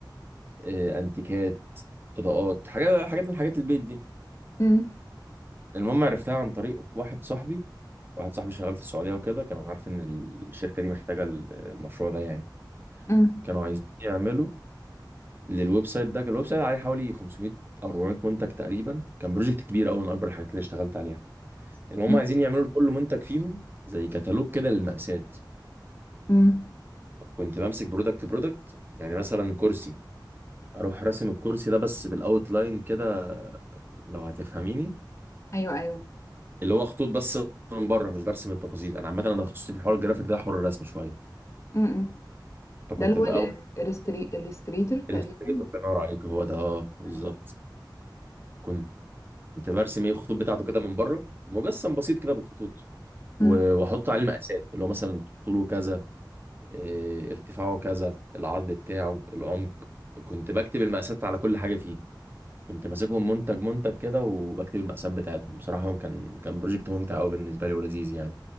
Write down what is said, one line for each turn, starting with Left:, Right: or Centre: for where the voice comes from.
Right: آه، أنتيكات إضاءات حاجات حاجات من حاجات البيت دي
Left: امم
Right: المهم عرفتها عن طريق واحد صاحبي واحد صاحبي شغال في السعودية وكده كان عارف إن الشركة دي محتاجة المشروع ده يعني
Left: امم
Right: كانوا عايزين يعملوا للويب سايت ده كان الويب سايت عليه حوالي 500 او 400 منتج تقريبا كان بروجكت كبير قوي من اكبر الحاجات اللي اشتغلت عليها ان هم
Left: امم
Right: عايزين يعملوا لكل منتج فيهم زي كتالوج كده للمقاسات
Left: أمم.
Right: كنت بمسك برودكت برودكت يعني مثلا كرسي اروح راسم الكرسي ده بس بالاوتلاين كده لو هتفهميني
Left: ايوه ايوه
Right: اللي هو خطوط بس من بره مش برسم التفاصيل انا عامه انا تخصصي في حوار الجرافيك ده حوار الرسم شويه
Left: امم
Right: فكنت
Left: ده اللي
Right: باخد
Left: هو الاستريتور تقريبا
Right: الاستريتور الله ينور عليك هو ده اه بالظبط
Left: ايوه
Right: كنت برسم ايه الخطوط بتاعته كده من بره مجسم بسيط كده بالخطوط
Left: مم.
Right: و- واحط عليه مقاسات اللي هو مثلا طوله كذا إيه، ارتفاعه كذا العرض بتاعه العمق كنت بكتب المقاسات على كل حاجه فيه كنت ماسكهم منتج منتج كده وبكتب المقاسات بتاعتهم بصراحه كان كان بروجكت ممتع قوي بالنسبه لي ولذيذ يعني